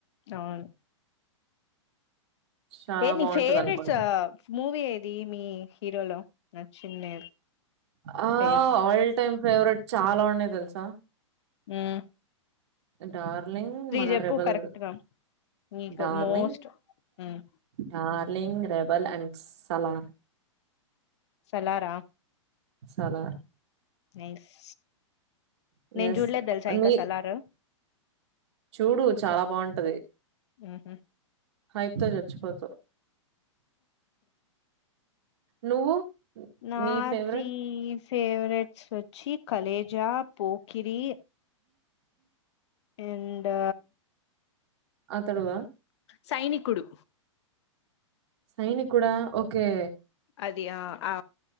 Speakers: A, on the left (about 60°); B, on the right (about 55°).
A: అవును
B: చాలా
A: ఏ నీ
B: బాగుంటది
A: ఫేవరెట్స్
B: అనుకుంటా
A: ఆ మూవీ ఏది మీ హీరోలో నచ్చింది
B: ఆ
A: ఫేవరెట్
B: ఆల్ టైమ్ ఫేవరెట్ చాలా ఉన్నాయి తెలుసా
A: హ్మ్
B: డార్ లింగ్ మల్ల
A: చెప్పు
B: రెబల్
A: కరెక్ట్ గా నీకు
B: darling
A: most um,
B: darling rebel and Salaar
A: సలారా
B: సలార్
A: నైస్ నేను
B: ఎస్
A: చూడ్లే తెలుసా ఇంకా
B: నీ
A: సలారు
B: చూడు చాలా బావుంటది
A: ఉహు.
B: హైతో చచ్చిపోతవ్ నువ్వు
A: నాత్రీ
B: నీ ఫేవరెట్
A: ఫేవరెట్స్ వచ్చి కలేజ పోకిరి అండ్
B: అతడు ఆ
A: సైనికుడు
B: సైనికుడా ఒకే
A: అది ఆ ఆ